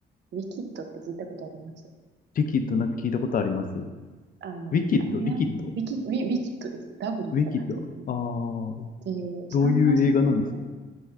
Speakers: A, on the right; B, on the left.
A: ウィキッドって聞いたことあります
B: リキッドなんか聞いたことあります。ウ
A: あの、
B: ィキッド、
A: あれや、
B: リキッド、
A: ウィキ、ウィ、ウィキッドです。W
B: ウィキッド。
A: から始まる。っ
B: ああ、
A: ていう3月ぐらいか。
B: どういう映画なんですか